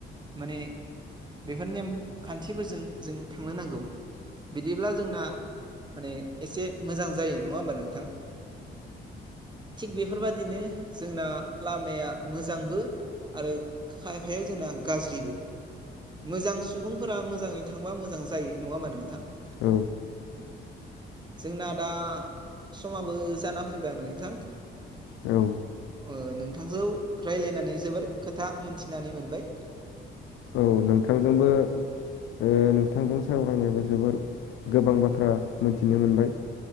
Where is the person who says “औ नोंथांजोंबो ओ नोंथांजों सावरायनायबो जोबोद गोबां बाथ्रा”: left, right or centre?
Left